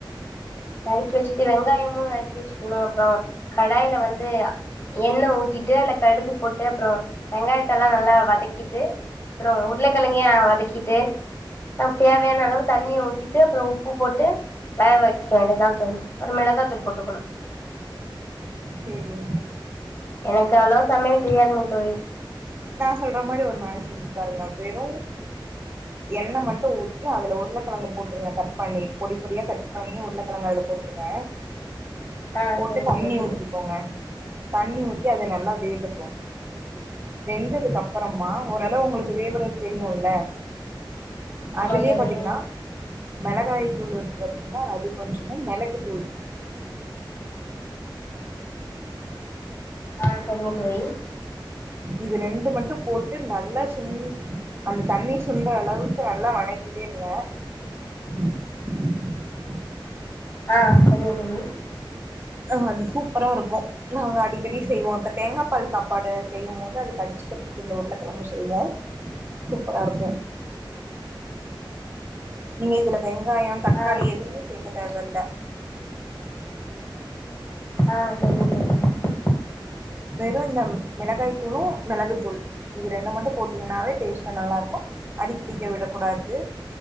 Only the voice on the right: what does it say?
சேரிங்க
நா சொல்ற மாரி ஒரு நாள் செஞ்சு பாருங்க வெறு எண்ண மட்டு ஊத்தி அதுல உர்ளகெழங்க போட்ருங்க கட் பண்ணி பொடி பொடியா கட் பண்ணி உர்ளகெழங்க அதுல போட்ருங்க
போட்டு
தண்ணி
ஊத்திக்கோங்க தண்ணி ஊத்தி அது நல்லா வேகட்டு வெந்ததுக்கப்பறமா ஓரளவு உங்களுக்கு வேவ்றது தெரியுல
அதுலே
பாத்தீங்னா மெளகாய் தூள் இருக்கு பாத்தீங்ளா அது கொஞ்சமும் மெளகு தூள்
இது ரெண்டு மட்டு போட்டு நல்லா சு அந்த தண்ணி சுன்றளவுக்கு நல்லா வணக்கிட்டேருங்க உஹ உம்
ஆ அது சூப்பராருக்கு நாங்க அடிக்கடி செய்வோ இப்ப தேங்கா பால் சாப்பாடு செய்யமோது அது கடிச்சுக்கிறதுக்கு இந்த உருளக்கிழங்கு செய்வோம் சூப்பரா இருக்கும் நீங்க இதுல வெங்காயம் தக்காளி
எதுவுமே சேக்க தேவல்ல
வெறும் இந்த மிளகாய் தூளும் மெளகு தூள் இது ரண்டு மட்டும் போட்டீங்கன்னாவே டேஸ்ட்டா நல்லா இருக்கும் அடிபிடிக்க விடக் கூடாது